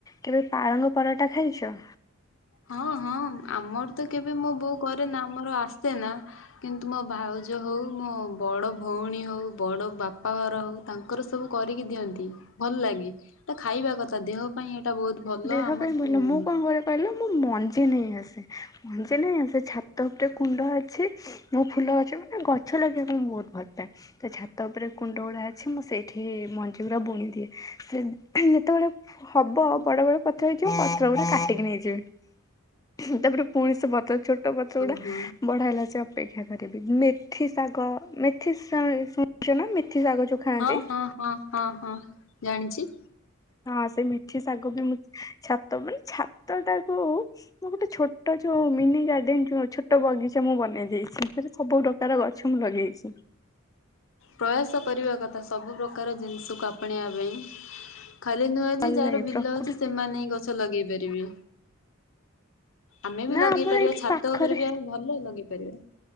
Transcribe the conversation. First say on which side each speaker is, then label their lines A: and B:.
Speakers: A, on the left (about 15°); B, on the left (about 65°).
A: କେବେ ପାଳଙ୍ଗ ପରଟା ଖାଇଛ
B: ହଁ ହଁ ଆମର ତ କେବେ ମୋ ବୋଉ କରେ ନା ଆମର ଆସେ ନା କିନ୍ତୁ ମୋ ଭାଉଜ ହଉ ମୋ ବଡ ଭଉଣୀ ହଉ ବଡ ବାପା ଘର ହଉ ତାଙ୍କର ସବୁ କରିକି ଦିଅନ୍ତି ଭଲ ଲାଗେ ଏଟା ଖାଇବା କଥା ଦେହ ପାଇଁ ଏଟା ଟା ବହୁତ ଭଲ
A: ଦେହ
B: ଆମ
A: ପାଇଁ ଭଲ
B: ଉ
A: ମୁଁ କଣ କରେ କହିଲ ମୁଁ ମଞ୍ଜି ନେଇ ଆସେ ମଞ୍ଜି ନେଇ ଆସେ ଛାତ ଉପରେ କୁଣ୍ଡ ଅଛି ମୋ ଫୁଲ ଗଛ ମାନେ ଗଛ ଲଗେଇବାକୁ ମୁଁ ବହୁତ ଭଲ ପାାଏ ତ ଛାତ ଉପରେ କୁଣ୍ଡ ଗୁଡ଼ା ଅଛି ମୁଁ ସେଇଠି ମଞ୍ଜି ଗୁଡ଼ା ବୁଣି ଦିଏ ସେ ଯେତେବେଳେ ହବ ବଡ ବଡ ପଥର ହେଇଯିବ ପଥର ବ କାଟିକି ନେଇଯିବ ତାପରେ ପୁଣି ସେ ବତର ଛୋଟ ଗଛ ଗୁଡା
B: ହଁ ହଁ
A: ବଡହେଲା ଅପେକ୍ଷା କରିବି, ମେଥି ଶାଗ, ମେଥି ଶୁଣୁଛ ନା? ଶାଗ ଯୋଉ ଖାଆନ୍ତି
B: ହଁ, ହଁ, ହଁ, ହଁ, ହଁ । ଜାଣିଛି।
A: ହଁ, ସେ ମିଠି ଶାଗ ବି ମୁଁ ଛାତ, ମାନେ ଛାତ ଟାକୁ, ମୁ ଗୋଟେ ଛୋଟ ଯୋଉ ମିନି ଗାର୍ଡେନ, ଯୋଉ ଛୋଟ ବଗିଚା, ମୁଁ ବନେଇ ଦେଇଛି, ସେରେ ସବୁ ପ୍ରକାର ଗଛ ମୁଁ ଲଗେଇଛି।
B: ପ୍ରୟାସ କରିବା କଥା, ସବୁ ପ୍ରକାର ଜିନିଷକୁ ଆପଣୈବା ପାଇଁ ଖାଲି ନୁହେଁ, ଯେ
A: ଭଲ
B: ଯାହାର
A: ଲାଗେ
B: ବିଲ
A: ପ୍ରକୃତି
B: ଅଛି, ସେମାନେ ହିଁ ଗଛ ଲଗେଇ ପାରିବେ। <inaudible> ଆମେ ବି
A: ନା
B: ଲଗେଇ
A: ଆମର
B: ପାରିବା,
A: ଏଇଠି
B: ଛାତ
A: ପାଖରେ
B: ଉପରେ ବି ଆମେ ଭଲ ଲଗେଇ ପାରିବା,